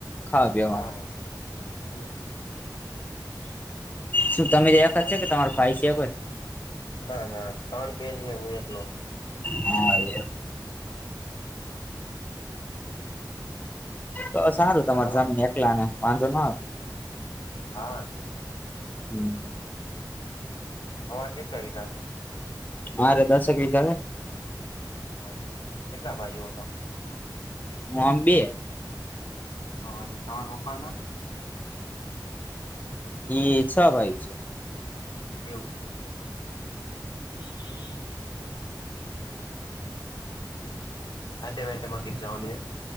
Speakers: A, on the left (about 20°); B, on the left (about 75°).
A: ખાવા બેવા
B: હા
A: ની-
B: હા હમ
A: શું તમે
B: તમારે
A: એક જ છે, કે તમારો ભાઈ છે.
B: ના ના ત્રણબેન હે હું એકલો.
A: હા, એ.
B: <unintelligible>
A: તો સારું
B: બોલો
A: તમારી
B: વાત
A: જમીન એકલા ને વાંધો ના આવે
B: હા
A: હમ્મ <unintelligible>
B: હવારે કેટલા વીઘા હે?
A: મારે દશક વીઘા હે,
B: હ, કેટલા ભાઈઓ હતા?
A: ઓમ બે.
B: હ અને તમારા પપ્પા ના જ?
A: એ છ ભાઈ છે.
B: એવું. હમ <unintelligible> હા મેલે માગર જઉન એ <unintelligible>